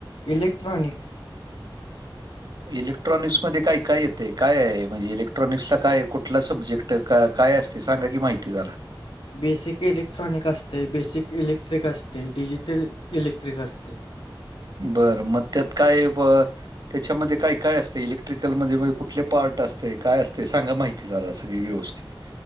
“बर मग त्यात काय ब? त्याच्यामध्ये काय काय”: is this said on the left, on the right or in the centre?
Right